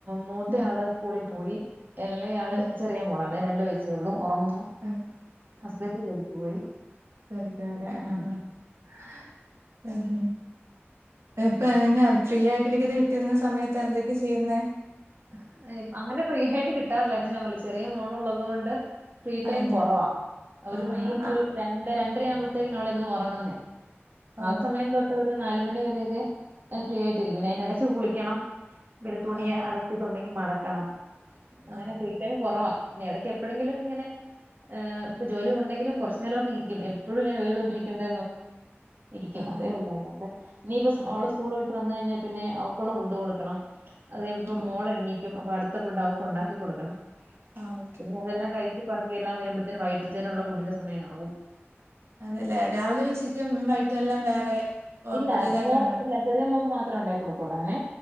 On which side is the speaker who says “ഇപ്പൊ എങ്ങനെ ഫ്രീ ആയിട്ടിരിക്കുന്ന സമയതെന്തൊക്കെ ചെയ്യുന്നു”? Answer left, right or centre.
Right